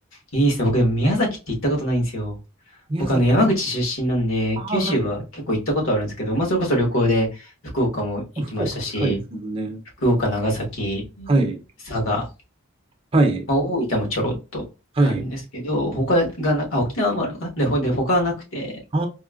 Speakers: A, on the left; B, on the right.
A: いいですね。僕でも宮崎って行ったことないんですよ。
B: 宮崎、
A: 僕あの山口出身なんで、
B: ああ、
A: 九州は結構行ったことあるんですけど、
B: はい。
A: まあそれこそ旅行で福岡も行きましたし、
B: 福岡でかいですもんね。
A: 福岡、長崎、
B: はい。
A: 佐賀、
B: はい。
A: まあ、大分もちょろっとあるんですけど、
B: はい。
A: 他がな、あ、沖縄もあるのかな <laughs> で、ほで、他はなくて、
B: あ